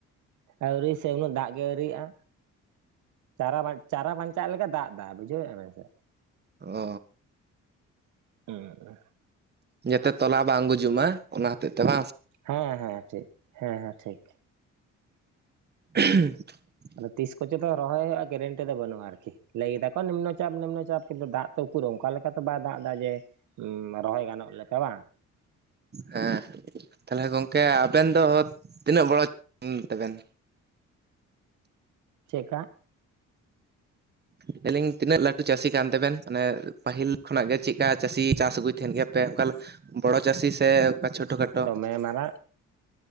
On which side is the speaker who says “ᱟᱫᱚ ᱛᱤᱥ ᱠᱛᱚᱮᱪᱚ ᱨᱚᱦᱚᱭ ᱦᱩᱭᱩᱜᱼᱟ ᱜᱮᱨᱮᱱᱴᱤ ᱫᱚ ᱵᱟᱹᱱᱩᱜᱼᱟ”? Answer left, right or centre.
Right